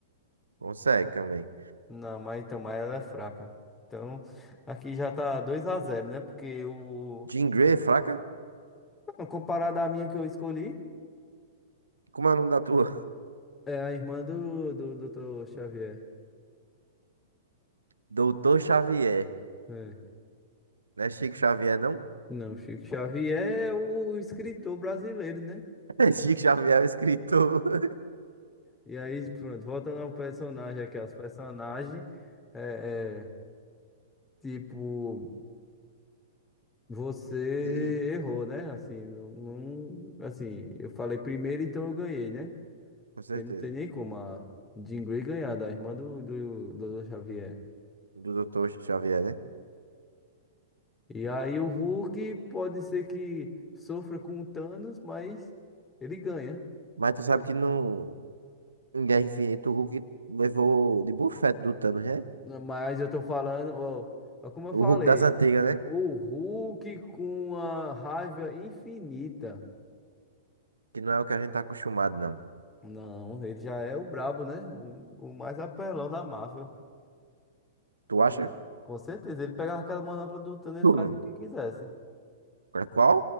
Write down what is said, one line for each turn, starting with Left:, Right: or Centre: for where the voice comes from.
Right: Consegue também.
Left: Não, mas então, mas ela é fraca. Então, aqui já tá dois a zero né? Porque o.
Right: Jean Grey, fraca?
Left: não, Comparado à minha que eu escolhi,
Right: Como é o nome da tua?
Left: é a irmã do, do doutor Xavier.
Right: <laughs> Doutor Xavier.
Left: É.
Right: Não é Chico Xavier, não? <laughs>
Left: Não, Chico Xavier é o escritor brasileiro, né?
Right: É Chico Xavier, é o escritor. <laughs>
Left: E aí, pronto, voltando ao personagem aqui, aos personagens, é, é, tipo, você
Right: Sim,
Left: errou, né? Assim, não, não- assim, eu falei primeiro, então eu ganhei, né?
Right: com certeza.
Left: Porque não tem nem como a Jean Grey ganhar da irmã do, do, do Xavier.
Right: Do Doutor Xavier, né?
Left: E aí o Hulk pode ser que sofra com o Thanos, mas ele ganha.
Right: Mas tu sabe
Left: E-
Right: que no em Guerra Infinita o Hulk levou de bufete do Thanos, né?
Left: Mas eu tô falando, ó, ó como eu
Right: O
Left: falei,
Right: Hulk das antigas, né?
Left: o Hulk com a raiva infinita.
Right: Que não é o que a gente tá acostumado, não.
Left: Não, ele já é o brabo, né? O, o mais apelão da Marvel.
Right: Tu acha?
Left: E a- Com certeza, ele pegava aquela manopla do Thanos e
Right: Hum.
Left: fazia o que quisesse.
Right: É Qual?